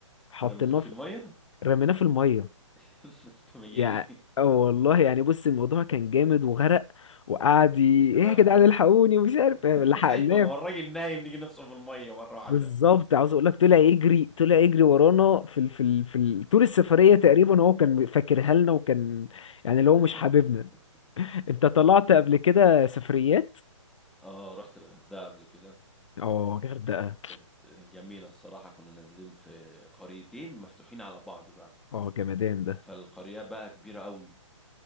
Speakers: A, on the left; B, in the centre.
A: حطيناه
B: رميتوه في
A: في
B: المية
A: رميناه في الميه
B: <laughs> انتوا مجانين
A: يعني اه والله يعني بص الموضوع كان جامد وغرق وقعد ي- ايه
B: يا لهوي
A: يا جدعان الحقوني ومش عارف إيه،
B: <laughs>
A: لحقناه
B: ايوه ما هو الراجل نايم لقي نفسه في المية مرة واحدة
A: بالظبط عاوز اقول لك طلع يجري طلع يجري ورانا في ال... في ال... في ال... طول السفريه تقريبا هو كان فاكرها لنا وكان يعني اللي
B: <laughs>
A: هو مش حاببنا انت طلعت قبل كده سفريات
B: اه رحت الغردقة قبل كده
A: اه غردقه
B: كانت جميلة الصراحة كنا نازلين في قريتين مفتوحين على بعض بقى
A: اه جمدان ده
B: فالقرية بقى كبيرة قوي